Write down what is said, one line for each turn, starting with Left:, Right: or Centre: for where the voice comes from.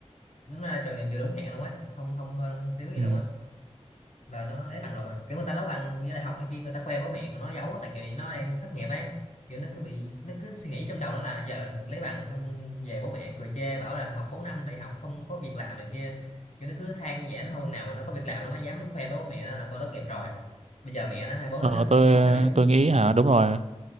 Left: nó ra trường là vừa đúng hẹn luôn á không không hơn không thiếu gì
Right: Ừ.
Left: luôn á là nó lấy bằng rồi mà kiểu người ta lấy bằng với đại học này kia người ta khoe bố mẹ còn nó giấu tại vì nó đang thất nghiệp ấy kiểu nó cứ bị nó cứ suy nghĩ trong đầu nó là giờ lấy bằng xong về bố mẹ cười chê bảo là học 4 năm đại học không có việc làm này kia kiểu nó cứ than như vậy nó hôm nào mà nó có việc làm nó mới dám khoe với bố mẹ nó là con tốt nghiệp rồi bây giờ mẹ nó hay bố
Right: Ờ,
Left: nó không
Right: tôi
Left: không hề biết tốt
Right: tôi
Left: nghiệp
Right: nghĩ
Left: ừ,
Right: hả, đúng rồi.